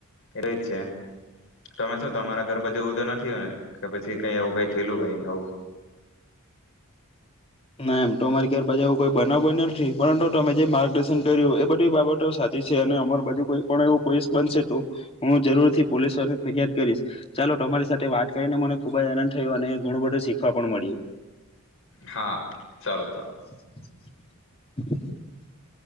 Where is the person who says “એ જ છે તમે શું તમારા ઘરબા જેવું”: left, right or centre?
Left